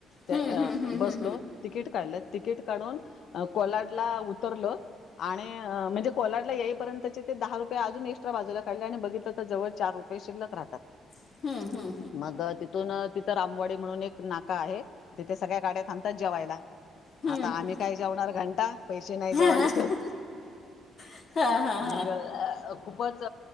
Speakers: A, on the left; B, on the left.
A: त्या
B: हम्म हम्म हम्म
A: बसलो तिकीट काढलं तिकीट काढून कोलाडला उतरलं. आणि म्हणजे कोलाडला येईपर्यंतचे ते दहा रुप अजून एक्ट्रा बाजूला काढले आणि बघित तरव चार रुपये शिल्क रातात
B: हम्म हम्म
A: मग तिथून तिथं रामवाडी म्हणून एक नाका आहे. तिथे सगळ्या गाड्या थांबतात जेवायला.
B: हम्म हम्म
A: आता आम्ही काय जेवणार घंटा पैसे नाही जेवाला
B: हम्म
A: त
B: हम्म हां हां हां
A: मग खूपच